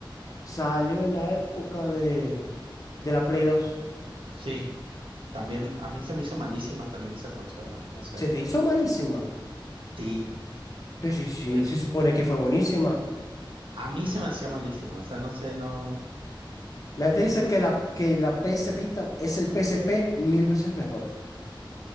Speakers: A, on the left (about 40°); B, on the right (about 85°).
A: Salió en la época de, de la Play dos
B: Sí, también a mí se me hizo malísima también esa consola, no sé.
A: Se te hizo malísima.
B: Sí,
A: Pero sí, sí,
B: el
A: se supone que fue buenísima.
B: a mí se me hacía malísima, o sea, no sé, no.
A: La gente dice que la, que la PS Vita es el PSP mil veces mejor.